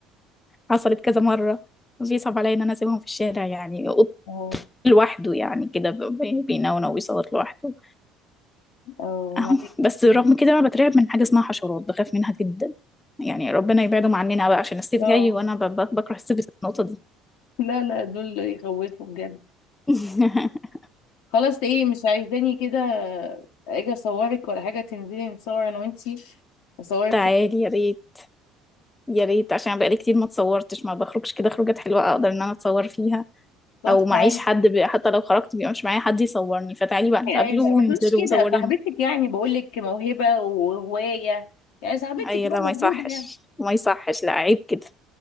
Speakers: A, on the left (about 15°); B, on the left (about 80°).
A: حصلت كذا مرة بيصعب عليا ان انا اسيبهم في الشارع يعني قط
B: اه
A: لوحده يعني كده ب- ب- بينونو ويصوت لوحده
B: اه
A: <laughs> اهو
B: معلش
A: بس رغم كده انا بترعب من حاجة اسمها حشرات بخاف منها جدا يعني ربنا يبعدهم عننا بقى عشان الصيف
B: اه
A: جاي وانا ب- ب- بكره الصيف بسبب النقطة دي
B: لا لا دول يخوفوا بجد
A: <laughs>
B: خلاص ايه مش عايزاني كده اجي اصورك ولا حاجه تنزلي نتصور انا وانتي اصورك
A: تعالي
B: صور.
A: يا ريت يا ريت عشان بقالي كتير ما اتصورتش ما بخرجش كده خروجات حلوة اقدر ان انا اتصور فيها
B: طب
A: او معيش
B: تعالي
A: حد بي... حتى لو خرجت بيبقى مش معايا حد يصورني فتعالي بقى نتقابلوا
B: يعني ما ما
A: وننزلوا
B: تقوليش كده
A: وصوريني
B: صاحبتك يعني بقول لك موهبه وهوايه يعني صاحبتك
A: اي
B: هو
A: لا ما
B: موجوده
A: يصحش
B: يعني
A: ما يصحش لا عيب كده